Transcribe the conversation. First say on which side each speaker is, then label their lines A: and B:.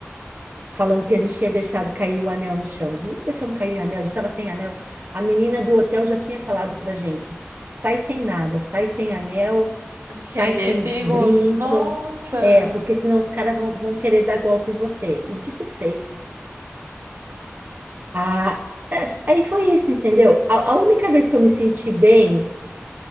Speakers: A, on the right; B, on the right.
A: Falando que a gente tinha deixado cair o anel no chão. Não deixamos cair o anel, a gente estava sem anel. A menina do hotel já tinha falado para gente: sai sem nada, sai sem anel,
B: Porque
A: sai
B: ali
A: sem
B: é perigoso.
A: brinco.
B: Nossa.
A: É, porque senão os caras vão, vão querer dar golpe em você. E dito e feito. A, é, aí foi isso, entendeu? A, a única vez que eu me senti bem